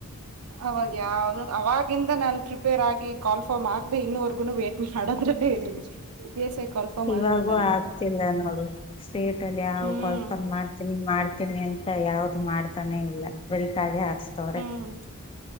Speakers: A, on the right; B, on the left.
A: ಅವಾಗ ಯಾವ್ದ ಅವಾಗಿಂದ ನಾನ್ ಪ್ರಿಪೇರ್ ಆಗಿ ಕಾಲ್ ಫಾರ್ಮ್ ಆಗ್ದೇ ಇನ್ನವರ್ಗು ವೇಟ್ ಮಾಡೋದ್ರಲ್ಲೇ ಇದ್ದೀನಿ. <inaudible>
B: ಇವಾಗೂ
A: ಆಗ್ಲಿಲ್ಲ ಅಲ್ವಾ
B: ಆಗ್ತಿಲ್ಲ ನೋಡು ಸ್ಟೇಟ್ ಅಲ್ಲಿ ಯಾವ
A: ಹ್ಮ್
B: ಕಾಲ್ಲಫಾರ್ಮ್ ಮಾಡ್ ತಿನಿ ಮಾಡ್ತೀನಿ ಅಂತ ಯಾವ್ದ್ ಮಾಡ್ತಾನೆ ಇಲ್ಲ ಬರಿಕಾಗೆ ಹಾಕ್ಸ್ತವ್ರೆ.
A: ಹ್ಮ್.